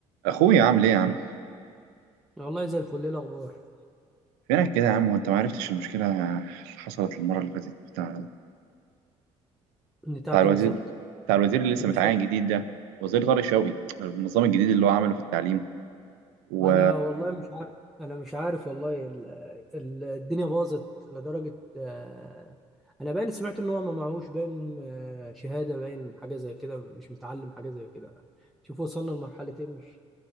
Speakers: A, on the right; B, in the centre.
A: اخويا عامل ايه يا عم
B: والله زي الفل ايه الاخبار
A: فينك كده يا عم وانت ما عرفتش المشكله اللي حصلت المره اللي فاتت بتاع
B: بتاعتي
A: بتاع الوزير
B: بالظبط
A: بتاع الوزير اللي لسه
B: المشاكل
A: متعين جديد ده وزير طارق شوقي بالنظام الجديد اللي هو عمله في التعليم و
B: انا والله مش عارف انا مش عارف والله ال... ال... الدنيا باظت لدرجه آه، انا باين سمعت ان هو ما معهوش باين آه، شهاده باين حاجه زي كده مش متعلم حاجه زي كده شوف وصلنا لمرحله ايه مش